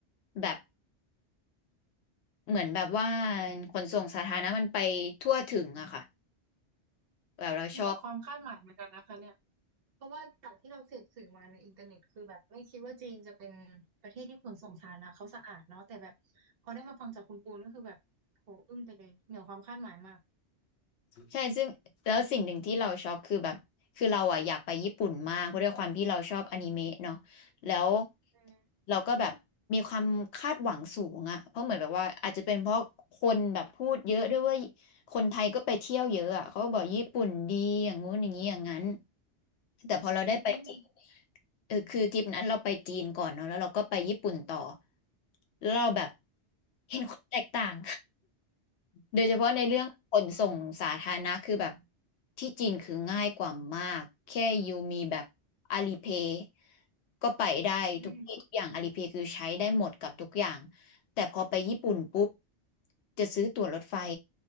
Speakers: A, on the left; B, on the right.
A: แบบเหมือนแบบว่าขนส่งสาธารณะมันไปทั่วถึงอะค่ะแบบเราชอบ
B: เหนือความคาดหมายเหมือนกันนะคะเนี่ย เพราะว่าจากที่เราเสพสื่อมาในอินเทอร์เน็ตคือแบบไม่คิดว่าจีนจะเป็นประเทศที่ขนส่งสาธารณะเขาสะอาดเนาะแต่แบบพอได้มาฟังจากคุณปูนก็คือแบบโหอึ้งไปเลยเหนือความคาดหมายมาก
A: ใช่ซึ่งแล้วสิ่งหนึ่งที่เราช็อกคือแบบคือเราอ่ะอยากไปญี่ปุ่นมากเพราะด้วยความที่เราชอบอนิเมะเนาะแล้ว
B: อืม
A: เราก็แบบมีความคาดหวังสูงอะเพราะเหมือนแบบว่าอาจจะเป็นเพราะคนแบบพูดเยอะด้วยว่าคนไทยก็ไปเที่ยวเยอะอะเขาก็บอกญี่ปุ่นดีอย่างงู้นอย่างนี้อย่างนั้นแต่พอเราได้ไปจริง
B: อืม
A: เออคือทริปนั้นเราไปจีนก่อนเนาะแล้วเราก็ไปญี่ปุ่นต่อแล้วเราแบบเห็นความแตกต่าง
B: ค่ะ
A: โดยเฉพาะในเรื่องขนส่งสาธารณะคือแบบ
B: อื
A: ที่จีนคือง่ายกว่ามากแค่ยูมีแบบอาลีเพย์ก็ไปได้ทุกที่ทุกอย่างอาลีเพย์คือใช้ได้หมดกับทุกอย่าง
B: ม
A: แต่พอไปญี่ปุ่นปุ๊บจะซื้อตั๋วรถไฟ